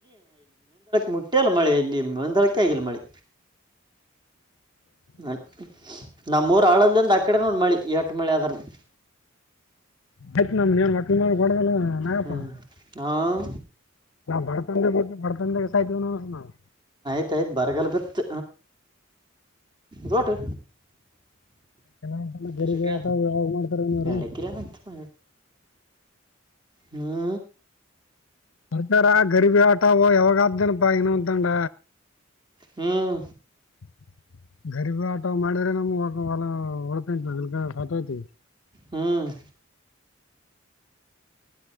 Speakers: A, on the right; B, on the left.
A: ಮುಟ್ಟ್ಯಲ್ಲ ಮಳೆ ಇಲ್ಲಿ ಮುಂದಳಕೆ ಆಗಿಲ್ಲ ಮಳೆ. ನ ನಮ್ಮೂರು ಆಳದಂದ. ಈ ಕಡೆನೋ ಮಳೆ ಎಟು ಮಳೆ ಆದದ್ರನು.
B: ಆಯ್ತು ನಮ್ ಮಕ ಮಾಡ ಬಲ್ಲ ನಾಗಪ್ಪಡ
A: ಹ್ಞೂ ಹಾಂ
B: ಬಡತನದಲ್ಲೇ ಹುಟ್ಟಿ ಬಡತನದಲ್ಲೇ ಸಾವುತೀನಿ ನಾವ್
A: ಆಯ್ತ್ ಬರಗಲ್ದಾತ ನೋಡ್ರಿ
B: ಅಂತಂದ್ರೆ ಗರೀಬಿ
A: ಎಷ್ಟು ಎಕ್ರೆ
B: ಆಟ ಯಾವಾಗ ಮಾಡ್ತಾರೆ ಇವ್ರು
A: ಎರಡು ಎಕರೆ ಆಯ್ತಪ್ಪ ಹ್ಮ
B: ಸರ್ಕಾರ ಗರೀಬಿ ಆಟವು ಯಾವಾಗ ಆಗ್ತೇನಪ್ಪ ಇನ್ನೊಂದು ತಂಡ
A: ಹ್ಮ
B: <inaudible> ಗರಿಬ ಆಟ ಮಾಡಿದ್ರೆ ನಮ್ ಹೊಲ ಉಳತೀವಿ ಇಲ್ಲ ಸತೋಗ್ತಿವಿ
A: ಹ್ಮ್ಮ್